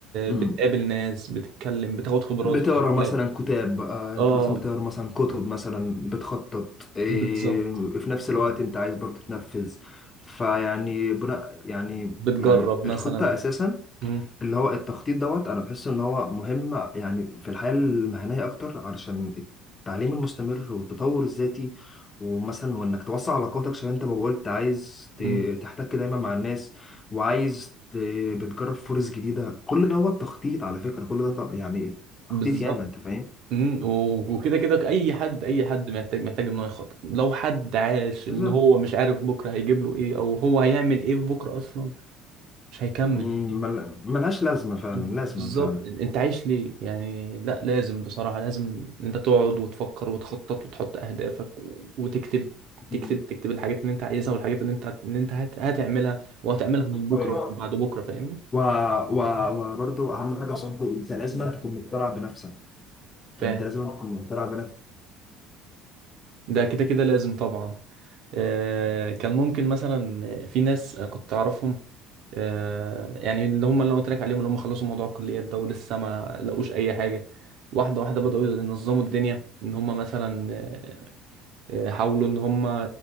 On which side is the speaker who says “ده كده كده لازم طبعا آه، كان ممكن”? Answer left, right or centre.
Right